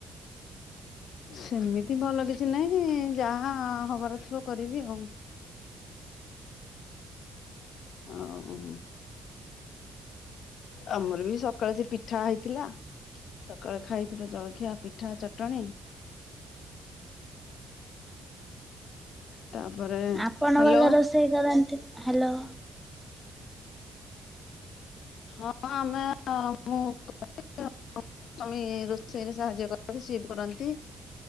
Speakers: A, on the left; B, in the centre.
A: ସେମିତି ଭଲ କିଛି ନାହିଁ ଯାହା ହବାର ଥିବ କରିବି ଆଉ। ଓ। ଆମର ବି ସକାଳେ ସେ ପିଠା ହେଇଥିଲା। ସକାଳେ ଖାଇଥିଲେ ଜଳଖିଆ ପିଠା ଚଟଣି। ତାପରେ
B: ଆପଣ
A: ହ୍ୟାଲୋ।
B: ଭଲ ରୋଷେଇ କରନ୍ତି, ହ୍ୟାଲୋ
A: ହଁ ଆମେ ମୁ <inaudible> ସ୍ୱାମୀ ରୋଷେଇରେ ସାହାଯ୍ୟ କରନ୍ତି ସିଏ ବି କରନ୍ତି।